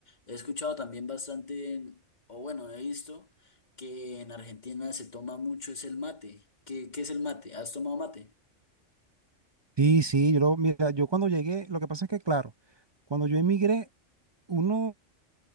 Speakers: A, on the left (about 35°); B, on the right (about 25°).
A: He escuchado también bastante, o bueno, he visto que en Argentina se toma mucho es el mate. ¿Qué, qué es el mate? ¿Has tomado mate?
B: Sí, sí, yo, lo- mira, yo cuando llegué, lo que pasa es que, claro, cuando yo emigré, uno